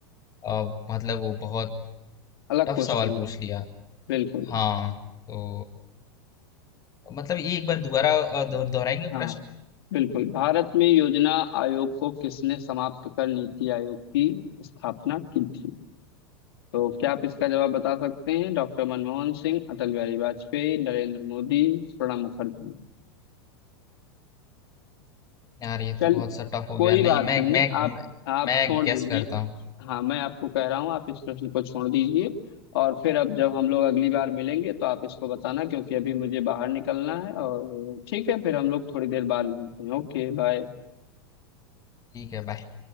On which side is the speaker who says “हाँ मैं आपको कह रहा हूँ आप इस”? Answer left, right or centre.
Left